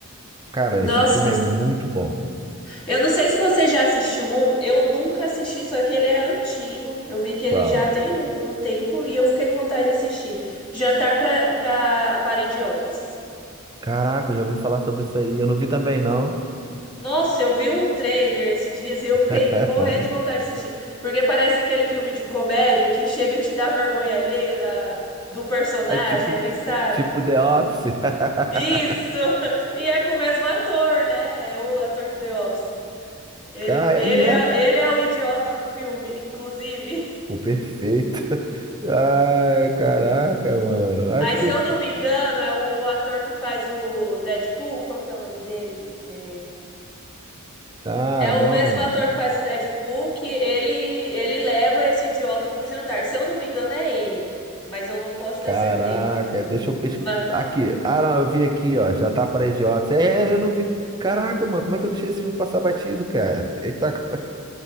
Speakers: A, on the right (about 20°); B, on the left (about 20°).
A: Cara,
B: Nossa,
A: esse filme
B: mas
A: é muito bom.
B: Eu não sei se você já assistiu um, eu nunca assisti, só que ele é antigo. Eu vi que
A: Qual?
B: ele já tem um, um tempo e eu fiquei com vontade de assistir. Jantar pra, pra, para Idiotas.
A: Caraca, eu já ouvi falar sobre isso aí, eu não vi também não.
B: Nossa, eu vi um trailer esses dias e eu
A: <laughs>
B: fiquei morrendo de vontade de assistir. Porque parece aquele filme de comédia que chega a te dar vergonha alheia da, do personagem
A: Tipo,
B: ali, sabe?
A: tipo The Office. <laughs>
B: Isso! <laughs> E é com o mesmo ator, né? É o ator de The Office. Ele,
A: Cara,
B: ele,
A: e
B: é-
A: é
B: ele é o idiota do filme, inclusive.
A: o perfeito. <laughs> Ai, caraca, mano. Acho
B: Aí, se
A: que eu...
B: eu não me engano, é o ator que faz o Deadpool. Como que é o nome dele? É,
A: Ah,
B: é o
A: não.
B: mesmo ator que faz o Deadpool que ele ele leva esse idiota pro jantar. Se eu não me engano, é ele. Mas eu não posso te
A: Caraca,
B: dar certeza.
A: deixa eu pesquisar.
B: Mas,
A: Aqui. Ah, não, eu vi aqui, ó. Já tá para idiotas. É, é, eu não vi. Caraca, mano, como é que eu deixei esse filme passar batido, cara? <laughs> Ele tá... co-